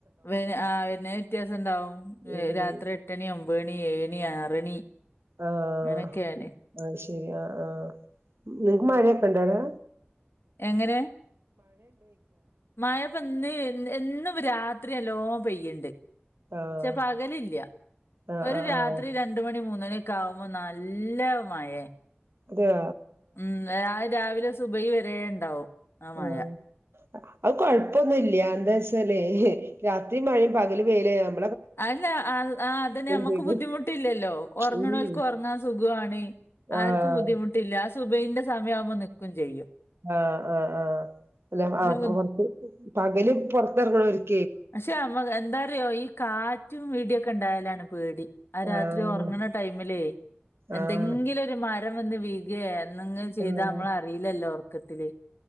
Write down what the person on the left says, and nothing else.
ആ വരുനായ്ന് വ്യത്യാസം ഉണ്ടാവും
രാത്രി എട്ടണിയാവും ഒമ്പത് മണി ഏഴ്മണി ആറ് മണി
അങ്ങനൊക്കെയ ആണ്
എങ്ങനെ മായപ്പന്ന് എന്നും രാത്രി നല്ലോ പെയ്യുണ്ട് പക്ഷേ
പകലില്ല
ഒരു
രാത്രി
രണ്ട് മണി മൂന്ന് മണി ആവുമ്പോ നല്ല മയെ
ഉം രാവിലെ സുബൈഹി വരെ ഉണ്ടാവും ആ മായ
അല്ല അതിന് നമ്മക്ക്
ബുദ്ധിമുട്ടില്ലല്ലോ ഉറങ്ങണൽക്ക്
ഉറങ്ങാൻ സുഖമാണ്
ആർക്കും ബുദ്ധിമുട്ടില്ല ആ സുബൈഹി ന്റെ സമയം ആവുമ്പോ നിക്കും ചെയ്യും
ഇത്
ബു
പക്ഷെ നമ്മ എന്താറിയോ ഈ കാറ്റും ഇടീയൊക്കെ ഉണ്ടായാലാണ് പേടി ആ രാത്രി
ഉറങ്ങണ ടൈമിലേ എന്തെങ്കിലും
ഒരു മരം വന്ന് വീഴ്കയാ എന്തെങ്കിലും ചെയ്താ
നമ്മള് അറിയില്ലല്ലോ ഒർക്കത്തില്